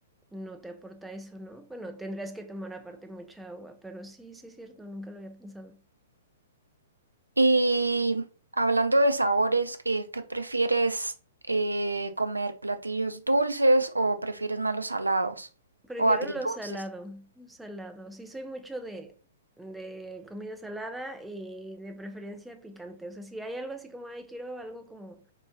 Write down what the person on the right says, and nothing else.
Y hablando de sabores, eh, ¿qué prefieres eh, comer? ¿Platillos dulces o prefieres más los salados
o agridulces?